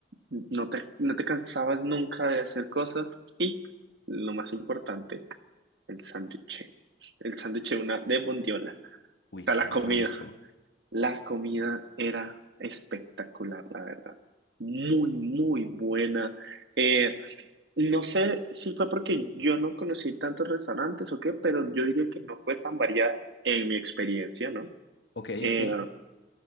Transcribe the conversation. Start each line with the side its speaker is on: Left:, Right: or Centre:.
Right: No te, no te cansabas nunca de hacer cosas. Y lo más importante, el sándwich. El sándwich de una de bondiola. O
Left: Uy,
Right: sea,
Left: qué
Right: la comida.
Left: rico.
Right: La comida era espectacular, la verdad. Muy, muy buena. Eh, no sé si fue porque yo no conocí tantos restaurantes o qué, pero yo diría que no fue tan variada en mi experiencia, ¿no?
Left: Ok,
Right: Eh,
Left: ok.